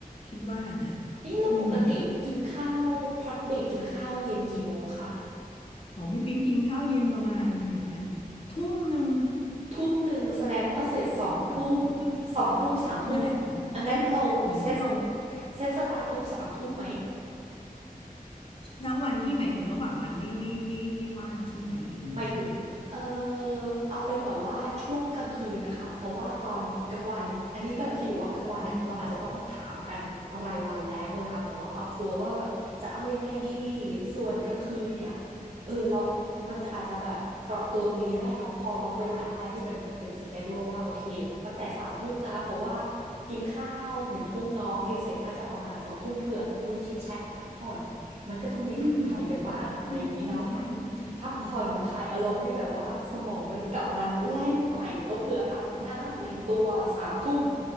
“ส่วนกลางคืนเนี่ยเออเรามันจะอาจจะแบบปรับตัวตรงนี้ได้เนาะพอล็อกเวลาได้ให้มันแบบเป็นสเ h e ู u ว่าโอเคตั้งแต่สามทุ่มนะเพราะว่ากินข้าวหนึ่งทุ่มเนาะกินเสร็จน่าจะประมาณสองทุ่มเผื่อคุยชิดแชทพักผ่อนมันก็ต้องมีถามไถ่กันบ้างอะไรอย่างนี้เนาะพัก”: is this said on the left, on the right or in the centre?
Right